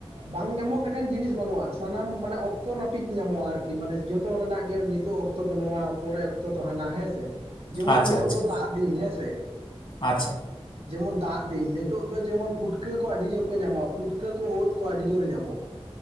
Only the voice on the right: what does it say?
ᱵᱟᱝ ᱧᱟᱢᱚᱜ ᱞᱮᱠᱟᱱ ᱡᱤᱱᱤᱥ ᱵᱟᱹᱱᱩᱜᱼᱟ, ᱥᱟᱱᱟᱢ ᱢᱟᱱᱮ ᱚᱠᱛᱚ ᱱᱟᱹᱯᱤᱛ ᱧᱟᱢᱚᱜᱼᱟ ᱟᱨᱠᱤ ᱢᱟᱱᱮ ᱡᱷᱚᱛᱚ ᱨᱮᱱᱟᱜ ᱜᱮ ᱱᱤᱛᱚᱜ ᱚ ᱱᱤᱛᱚᱜ ᱫᱚ ᱱᱚᱣᱟ ᱯᱚᱨᱮ ᱚᱠᱛᱚ ᱫᱚ ᱦᱟᱱᱟ ᱦᱮᱸᱥᱮ, ᱡᱮᱢᱚᱱ
ᱱᱤᱛᱚᱜ
ᱫᱚ ᱫᱟᱜ ᱫᱤᱱ ᱦᱮᱸ ᱥᱮ᱾
ᱡᱮᱢᱚᱱ ᱫᱟᱜ ᱫᱤᱱ ᱱᱤᱛᱚᱜ ᱫᱚ ᱡᱮᱢᱚᱱ ᱯᱩᱴᱠᱟᱹ ᱠᱚ ᱟᱹᱰᱤ ᱡᱳᱨ ᱠᱚ ᱧᱟᱢᱚᱜᱼᱟ, ᱯᱩᱴᱠᱟᱹ ᱠᱚ ᱳᱫ ᱠᱚ ᱟᱹᱰᱤ ᱡᱳᱨ ᱧᱟᱢᱚᱜᱼᱟ,